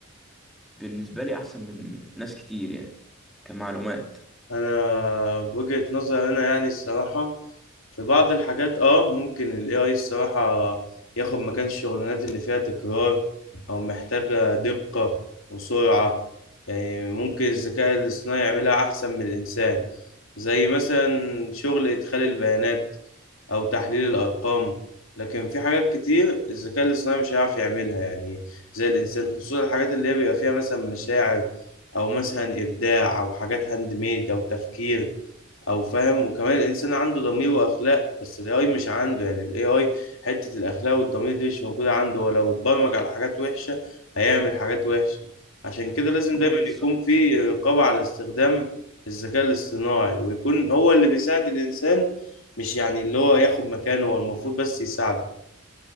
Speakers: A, in the centre; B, on the left.
A: بالنسبه لي احسن من ناس كتير يعني كمعلومات
B: انا بوجهة نظر انا يعني الصراحة في بعض الحاجات اه ممكن ال AI الصراحة ياخد مكان الشغلانات اللي فيها تكرار او محتاجة دقة وسرعة يعني ممكن الذكاء الاصطناعي يعملها احسن من الانسان زي مثلا شغل ادخال البيانات او تحليل الارقام لكن في حاجات كتير الذكاء الاصطناعي مش هيعرف يعملها يعني زي الانسان خصوصا الحاجات اللي هي بيبقى فيها مثلا مشاعر او مثلا ابداع او حاجات هاند ميد او تفكير او فاهم وكمان الانسان عنده ضمير واخلاق بس الاي اي مش عنده يعني الاي اي حته الاخلاق والضمير دي مش موجوده عنده هو لو اتبرمج على حاجات وحشه هيعمل حاجات وحشه عشان كده لازم
A: هو
B: دايما
A: بالظبط
B: يكون في رقابه على استخدام الذكاء الاصطناعي ويكون هو اللي بيساعد الانسان مش يعني اللي هو ياخد مكانه هو المفروض بس يساعده